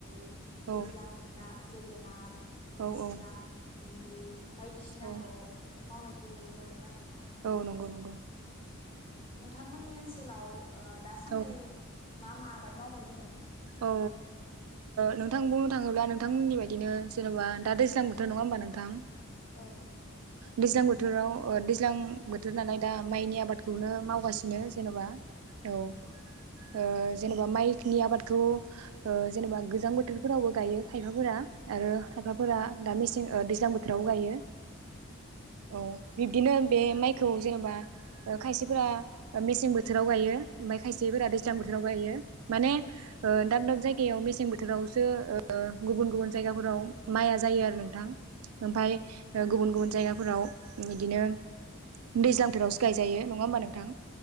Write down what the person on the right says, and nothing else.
औ
औ
औ
औ
औ नंगौ नंगौ।
औ
औ नोंथां बुंनो थाङोब्ला नोंथांमोननि बायदिनो जेनेबा दा दैज्लां बोथोर नङा होमबा नोंथां।
दैज्लां बोथोराव दैज्लां बोथोर नालाय दा माइनि आबादखौनो मावगासिनो जेनबा औ ओ। जेनेबा माइकनि आबाद बेखौ जेनेबा गोजां बोथोरफोरावबो गायो खायफाफोरा आरो खायफाफोरा दा मेसें दैज्लां बोथोरावबो गायो। औ बिब्दिनो। बे माइखौ जेनेबा खायसेफोरा मेसें बोथोराव गायो ओमफ्राय खायसेफोरा दैज्लां बोथोराव गायो माने। दाब दाब जायगायाव मेसें बोथोरावसो गुबुन गुबुन जायगाफोराव माइया जायो आरो नोंथां। ओमफ्राय गुबुन गुबुन। जायगाफोराव बिदिनो दैज्लां फोरावसो गायजायो नङा होमबा नोंथां।